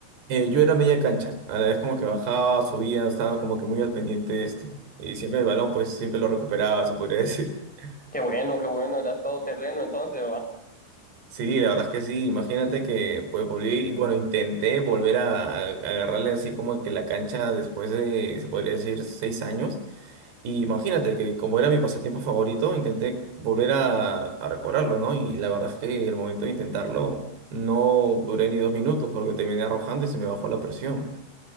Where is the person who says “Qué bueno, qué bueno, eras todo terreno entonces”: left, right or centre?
Centre